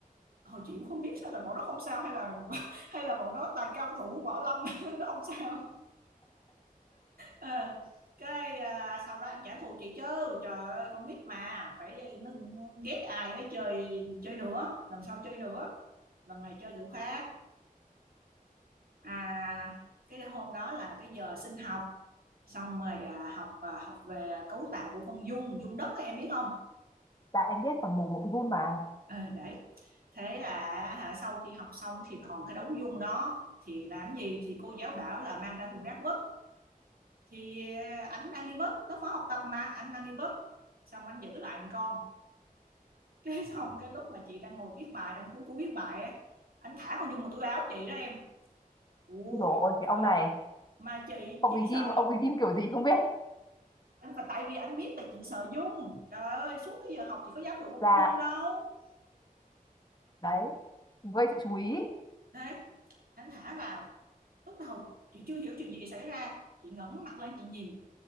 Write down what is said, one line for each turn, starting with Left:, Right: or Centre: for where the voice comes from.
Right: hồi chị cũng không biết sao là bọn nó không sao hay là <laughs> hay là bọn nó toàn cao thủ võ lâm <laughs> nó không sao Ờ, cái à, sau đó anh trả thù chị chứ trời ơi con nít mà phải nó ghét ai ấy chơi chơi nữa lần sau chơi nữa lần này chơi kiểu khác à, cái hôm đó là cái giờ sinh học xong rồi à, học à, học về cấu tạo của con dung dung đất ấy em biết không
Left: Dạ em biết còn mồm bụng run mà.
Right: ừ, đấy thế là hả, sau khi học xong thì còn cái đống dung đó thì làm gì thì cô giáo bảo là mang ra thùng rác vứt thì à, ảnh mang đi vứt nó khóa học tập mà anh mang đi vứt xong anh giữ lại một con <laughs> cái xong cái lúc mà chị đang ngồi viết bài đang cuối cuối viết bài á anh thả con dung vào túi áo chị đó em ui
Left: Ôi trời ơi, cái
Right: trời
Left: ông
Right: ơi,
Left: này,
Right: mà chị
Left: ông
Right: chị
Left: ấy ghim,
Right: sợ
Left: ông ấy ghim kiểu gì không biết.
Right: anh và tại vì anh biết là chị sợ Dung trời ơi suốt cái giờ học chị có dám đụng
Left: Dạ,
Right: con Dung đâu
Left: đấy, gây sự chú ý.
Right: đấy anh thả vào lúc đầu chị chưa hiểu chuyện gì xảy ra chị ngẩng mặt lên chị nhìn